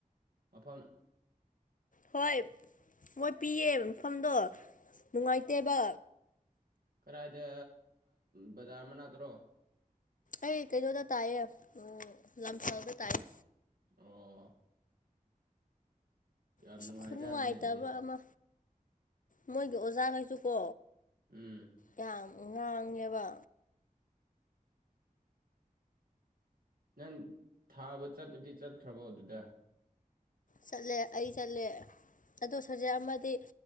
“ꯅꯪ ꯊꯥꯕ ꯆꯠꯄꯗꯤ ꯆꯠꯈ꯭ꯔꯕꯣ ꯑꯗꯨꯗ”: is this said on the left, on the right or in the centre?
Right